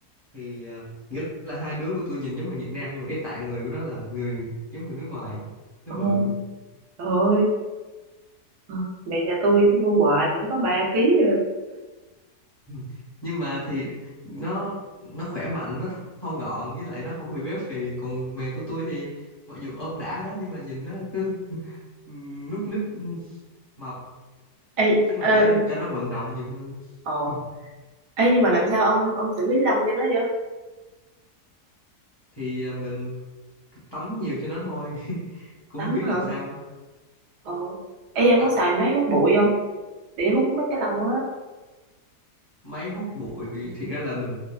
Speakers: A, on the left; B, on the right.
A: thì à, nghĩa là hai đứa của tôi nhìn giống người Việt Nam nhưng mà cái tạng người của nó là người giống người nước ngoài nó
B: ồ
A: bự <clears throat>
B: Trời ơi, Ờ, mẹ nhà tôi tôi nuôi hoài mà nó có 3 ký rồi
A: Ừ. nhưng mà thì nó nó khỏe mạnh nó thon gọn với lại nó không có bị béo phì còn mẹ của tôi thì mặc dù ôm đã đó nhưng mà nhìn nó cứ ừm, núp ních ừm, mập
B: Ê,
A: chắc là
B: ờ,
A: phải cho nó vận động nhiều hơn
B: ồ
A: <clears throat> <laughs>
B: ê, nhưng mà làm sao ông ông xử lý lông cho nó vậy?
A: thì à, mình tắm nhiều cho nó thôi <laughs> cũng
B: Tắm
A: không biết
B: hả?
A: làm sao
B: Ờ. Ê, ông
A: à,
B: có xài máy hút bụi không? Để hút mấy cái lông á.
A: máy hút bụi thiệt ra là mình